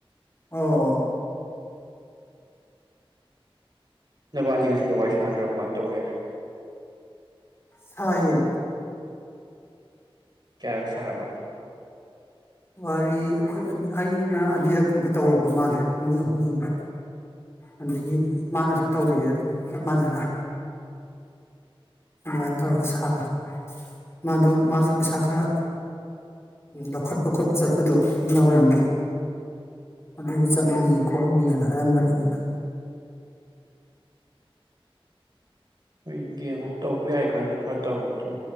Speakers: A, on the left (about 25°); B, on the right (about 45°).
A: ꯑꯣ ꯑꯣ
B: ꯅꯕꯥꯅꯤꯉꯁꯤ ꯁꯤꯗꯤ ꯋꯥꯔꯤ ꯁꯥꯟꯅꯗ꯭ꯔꯕ ꯀꯃꯥꯏꯅ ꯇꯧꯒꯦ
A: ꯁꯥꯏꯌꯦ
B: ꯀꯌꯥꯔꯛ ꯁꯥꯔꯕ
A: ꯋꯥꯔꯤ ꯑꯩꯈꯣꯏ ꯑꯩꯅ ꯑꯅꯤꯔꯛꯀꯨꯝꯕ ꯇꯧꯔꯨꯕ ꯃꯥꯜꯂꯦ ꯑꯅꯤ ꯑꯍꯨꯝꯒꯨꯝꯕ ꯑꯗꯒꯤ ꯃꯥꯅꯁꯨ ꯇꯧꯔꯛꯑꯦ ꯑꯗꯨꯝ ꯆꯞ ꯃꯅꯅ ꯑꯗꯨꯃꯥꯏꯅ ꯇꯧꯔꯒ ꯁꯥꯔꯦ ꯃꯥꯗꯣ ꯃꯥꯁꯨ ꯄꯩꯁꯥ ꯈꯔ ꯂꯧꯈꯠꯄ ꯈꯣꯠꯄ ꯆꯠꯄꯗꯣ ꯌꯅꯨꯡꯗ ꯑꯣꯏꯔꯝꯒꯦ ꯑꯗꯨꯒꯤ ꯆꯠꯂꯨꯕꯤ
B: ꯎꯝ
A: ꯈꯣꯠꯂꯨꯒꯅ ꯑꯂꯥꯝꯕ ꯂꯩꯅꯤꯕ꯫
B: ꯍꯣꯏ ꯌꯦꯡꯉꯣ ꯇꯧꯕ ꯌꯥꯔꯤ ꯀꯥꯟꯗ ꯈꯔ ꯇꯧꯔꫭ ꯑꯗꯨꯝ